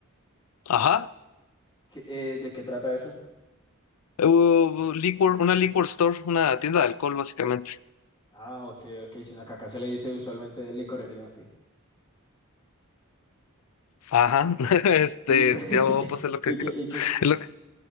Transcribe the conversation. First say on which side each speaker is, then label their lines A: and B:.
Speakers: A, on the left (about 85°); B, on the left (about 20°).
A: Ajá.
B: ¿Qué- eh, ¿de qué trata eso?
A: Uh, liquor, una liquor store, una tienda de alcohol, básicamente.
B: Ah, ok, ok, sino que acá se le dice usualmente de licorería, sí.
A: Ajá. <laughs> Este,
B: Y, <laughs>
A: yo pues es lo que
B: y
A: creo.
B: que, y que,
A: Es lo que...